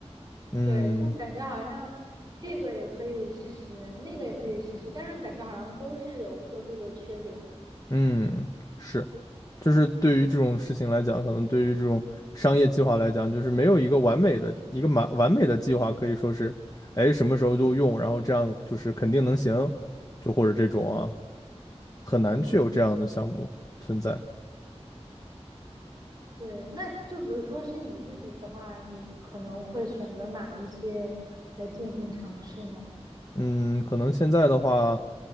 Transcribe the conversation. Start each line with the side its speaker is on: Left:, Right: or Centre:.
Left: 嗯
Right: 对，就感觉好像这个也可以试试，那个也可以试试，但是感觉好像都是有各自的缺点。
Left: 嗯，是，就是对于这种事情来讲，可能对于这种商业计划来讲，就是没有一个完美的一个完完美的计划，可以说是，哎，什么时候就用，然后这样就是肯定能行，就或者这种啊，很难去有这样的项目存在。
Right: 嗯，对，那就比如说是你自己的话，你可能会选择哪一些来进行尝试呢？
Left: 嗯，可能现在的话，